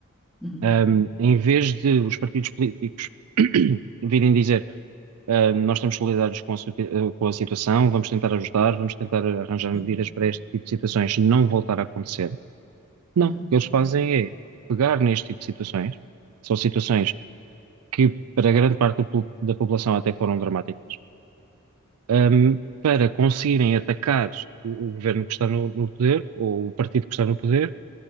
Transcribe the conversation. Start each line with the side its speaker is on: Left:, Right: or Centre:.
Centre: Uhum,
Right: Ahm, em vez de os partidos políticos <coughs> <clears throat> virem dizer Uh, nós estamos solidários com a, su- uh, com a situação, vamos tentar ajudar, vamos tentar arranjar
Centre: Sim,
Right: medidas para este tipo de situações não voltar a acontecer. Não,
Centre: uhum,
Right: o que eles fazem é pegar neste tipo de situações, são situações que para grande parte do po- da população até foram dramáticas, um, para conseguirem atacar o, o governo que está no, no poder, ou o partido que está no poder,